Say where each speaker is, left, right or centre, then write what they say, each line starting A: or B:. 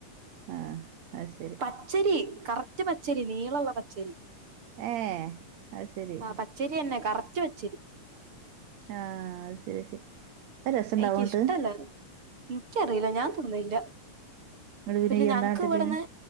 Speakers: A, on the right (about 65°); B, on the right (about 40°).
A: ആഹ് അത് ശരി
B: പച്ചരി കറക്റ്റ് പച്ചരി നീളമുള്ള പച്ചരി.
A: ഏഹ് അത് ശരി
B: ആ പച്ചരി തന്നെ കറക്റ്റ് പച്ചരി
A: ആ ശരി ശരി രസവുണ്ടാവോങ്ങോട്ട്?
B: എനിക്കിഷ്ടല്ല അത് എനിക്കറിയില്ല ഞാൻ തിന്നല്ല.
A: ഇങ്ങട്ട്
B: പിന്നെ
A: ഇയ്യ്
B: ഞങ്ങക്ക്
A: എന്നാ കാട്ടല്
B: ഇവിടുന്ന്